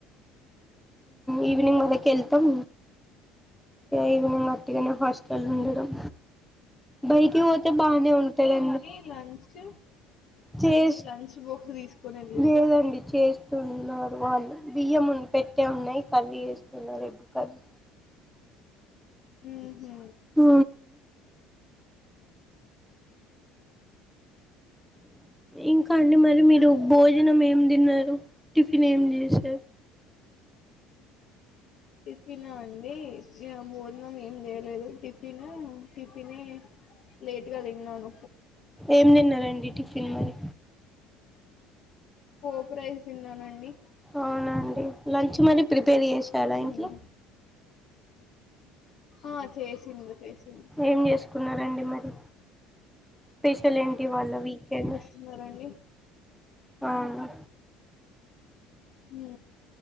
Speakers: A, in the centre; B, on the left.
A: ఈవినింగ్ వాళ్ళకి వెళ్తాం ఈవినింగ్ అట్టిగనే హాస్ట
B: హ్మ్
A: ఉండడం బయటికి పోతే బానే ఉంటాదన్నీ
B: మరి లంచ్
A: చేస్
B: లంచ్ బాక్స్ తీసుకొని వెళ్ళిండ్రా
A: లేదండి చేస్ చేస్తున్నారు వాళ్ళు బియ్యం పెట్టే ఉన్నాయి కర్రీ చేస్తున్నారు ఎగ్ కర్రీ
B: ఉమ్ హు
A: ఉ ఇంకా అండి మరి మీరు భోజనం ఏం తిన్నారు టిఫిన్ ఏం చేశారు.
B: టిఫిన్ ఆ అండి భోజనం ఏం చేయలేదు టిఫిన్ టిఫిన్ లేట్గా తినను
A: ఏం తిన్నారండి టిఫిన్ మరి
B: పోపు రైస్ తిన్నానండి
A: అవున అండి లంచ్ మరీ ప్రిపేర్ చేసారా
B: హ్మ్
A: ఇంట్లో
B: ఆ చేసిన్లు చేసింది.
A: ఏం చేసుకున్నారండి మరి స్పెషల్ ఏంటి ఇవాళ వీకెండ్
B: టున్నారండి.
A: అవును
B: హ